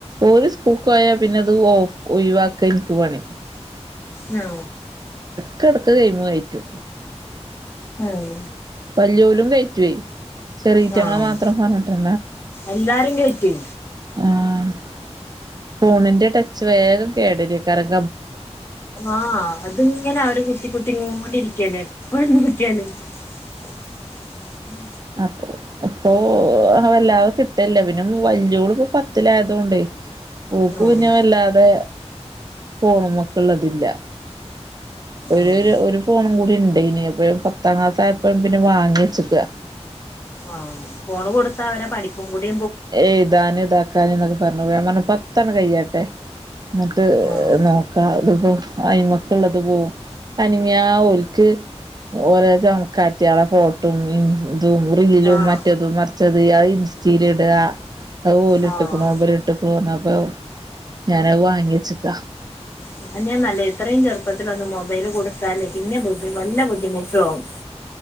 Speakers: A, on the right; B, on the left.
A: ഒരു സ്കൂക്ക് പോയാൽ പിന്നെ അത് ഒഴിവാക്കാൻ എനിക്ക് പണി
B: ആ
A: എടുക്കെടുക്ക് ഗെയിം കയറ്റും
B: ആഹ്
A: വെല്ലിയോലും കേറ്റും ചെറിയ തങ്ങളെ
B: ആഹ്
A: മാത്രം പറഞ്ഞിട്ട്
B: എല്ലാരും കേറ്റുവേ
A: <unintelligible> ഫോണിന്റെ ടച്ച് വേഗം കേടു വരും
B: ആഹ അതിങ്ങനെ അവര് കുത്തി കുത്തിങ്ങോണ്ടിരിക്കനേ <unintelligible>
A: അപ്പെ അപ്പൊ വല്ലാതെ കിട്ടല്ല പിന്നെ യോള് പത്തിൽ ആയതുകൊണ്ട് ഓക്ക്
B: ആഹ്
A: വല്ലാതെ ഫോണൊക്കെ ഇതില്ല ഒരു
B: ആഹ്
A: ഒരു ഫോണും കൂടി <unintelligible> ഇനിയിപ്പോ പത്താം ക്ലാസ്സ ആയപ്പോഴും പിന്നെ വാങ്ങിവെച്ചക്കുവ
B: ആഹ ഫോണ് കൊടുത്ത അവരെ പഠിപ്പും കൂടി
A: എഴുതാന് ഇതാക്കാൻ പറഞ്ഞാണ്ട് ഞാൻ പറഞ്ഞുപത്ത കഴിയട്ടെ എന്നിട്ട്
B: ആഹ്
A: നോക്കാം അതിപ്പോ അയിമക്കളുള്ളത് പോകവും അനങ്ങ ആ ഒക്ക് ഓരോ <unintelligible> ഫോട്ടോസും <unintelligible>
B: ആഹ്
A: <unintelligible> മറ്റത മറച്ചത്- ഇൻ സ്റ്റൈൽ <unintelligible> അത് ഓല്
B: ആഹ്
A: ഇട്ടിണോ <unintelligible> <unintelligible> ഞാനത് വാങ്ങിയ ചക്ക
B: അത് തന്നെ നല്ലത് എത്രയും ചെറുപ്പത്തിൽ തന്നെ മൊബൈൽ കൊടുത്താൽ പിന്നെ ബുദ്ധിമുട്ടാവും <unintelligible>